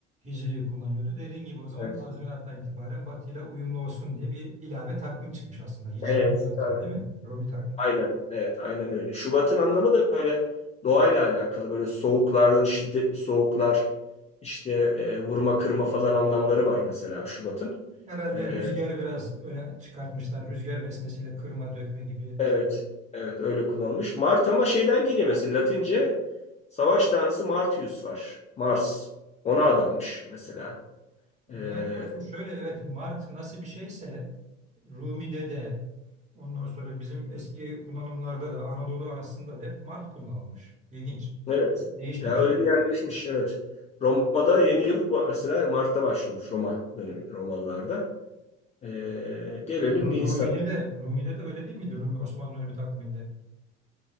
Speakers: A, on the right; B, on the left.
A: Hicri'yi kullanıyordu. Dediğin gibi o zaman
B: Evet.
A: tazminattan itibaren Batı'yla uyumlu olsun diye bir ilave takvim çıkmış aslında. Hicri'nin
B: Evet,
A: yanı sıra
B: tabii.
A: değil mi? Rumi takvim.
B: Aynen, evet, aynen öyle. Şubat'ın anlamı da böyle doğayla alakalı. Böyle soğukların, şiddetli soğuklar, işte e, vurma kırma falan anlamları var mesela Şubat'ın.
A: Herhalde
B: E,
A: rüzgarı biraz öne çıkartmışlar. Rüzgarın esmesiyle kırma dökme gibi
B: Evet,
A: şey.
B: evet öyle kullanılmış. Mart ama şeyden geliyor mesela Latince savaş tanrısı Martius var. Mars. Ona adanmış mesela.
A: Yani
B: Ee,
A: dostum şöyle evet Mart nasıl bir şeyse Rumi'de de ondan sonra bizim eski kullanımlarda da Anadolu arasında da hep Mart kullanılmış. İlginç.
B: evet.
A: Değişmemiş.
B: Ya öyle bir yerleşmiş evet. Roma'da yeni yıl bu mesela Mart'ta başlamış Roma dönemi Romalılarda. Ee, gelelim
A: Ru-
B: Nisan'a.
A: Rumi'de de Rumi'de de öyle değil miydi Rumi Osmanlı dönemi takviminde?